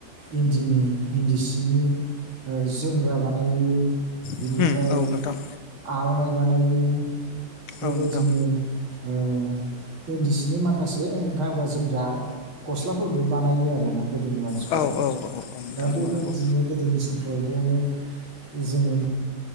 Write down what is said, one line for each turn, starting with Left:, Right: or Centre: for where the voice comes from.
Right: इन्दिनि इन्दि सिनि ओ जोमग्रा बानायो बिनिफ्राय
Left: औ नोंथां
Right: आर'नाइ बानायो। बेबायदिनो
Left: औ नोंथां।
Right: ओ इन्दि सिनि माखासे गानग्रा-जोमग्रा गस्लाफोरबो बानायो आरो ना गोदोनि मानसिफोरा।
Left: औ औ औ नोंथां
Right: दा
Left: नंगौ
Right: बेबायदिनो
Left: नंगौ
Right: गोदोनि फोरावबो अनेक जोङो